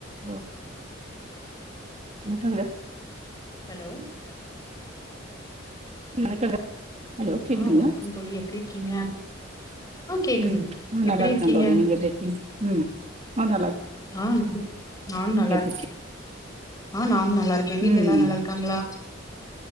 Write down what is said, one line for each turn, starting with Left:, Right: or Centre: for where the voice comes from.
Right: Low வணக்கங்க
Left: hello
Right: ம் வணக்கங்க ஹலோ கேக்குதுங்களா
Left: ஆ வணக்கம் தோழி எப்பிடி இருக்கீங்க ஆ கேக்குது
Right: ம் ம்
Left: எப்டி
Right: நல்லா இருக்கன்
Left: இருக்கீங்க
Right: தோழி நீங்க எப்டி இருக்கீங் ம் நா நல்லார்
Left: நானு நானு நல்லா இருக்கே
Right: இருக்கீங்க
Left: ஆ நானு நல்லா இருக்கேன் வீட்ல
Right: ம்
Left: எல்லாரு
Right: ம்
Left: நல்லா இருக்காங்ளா